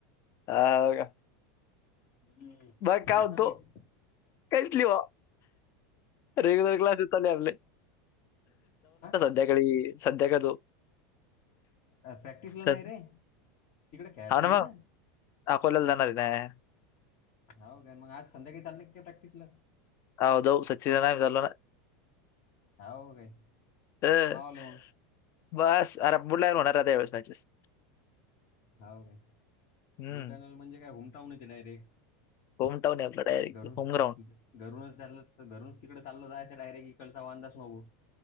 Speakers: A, on the left; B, on the left.
A: हा होय का?
B: हम्म
A: बघ
B: काय चालूये?
A: म्हणतो काहीच लिहा रेग्युलर क्लास चालले आपले
B: <unintelligible>
A: <unintelligible>
B: प्रॅक्टिसला
A: सं-
B: नाही रे. तिकडे खेळायला
A: <unintelligible>
B: चालले ना
A: अकोल्याला जाणार <unintelligible>
B: हाव काय? मग आज संध्याकाळी चाललेत का प्रॅक्टिसला?
A: <unintelligible>
B: हाव काय?
A: अ
B: मावले मग
A: बस. <unintelligible>
B: हाव काय?
A: हम्म
B: बुलढाणाला म्हणजे काय <unintelligible> आहे डायरेक्ट.
A: <unintelligible> आपल डायरेक्ट
B: घरून
A: होमग्रांऊड.
B: घ- घरूनच चालल, घरूनच तिकड चाललं जायचं डायरेक्ट इकडचा वांदाच नगो.